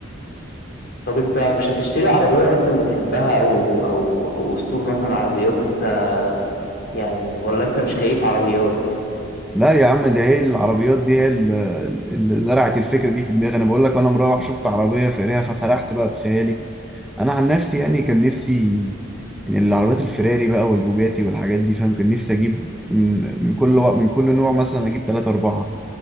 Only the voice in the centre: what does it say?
لا يا عم ده هي العربيات دي هي اللي اللي زرعت الفكره دي في دماغي انا بقول لك انا مروح شفت عربيه فقريها فسرحت بقى بخيالي انا عن نفسي يعني كان نفسي يعني العربيات الفراري بقى والبوجاتي والحاجات دي فاهم كان نفسي اجيب من من كل وق- من كل نوع مثلا اجيب ثلاثة أربعة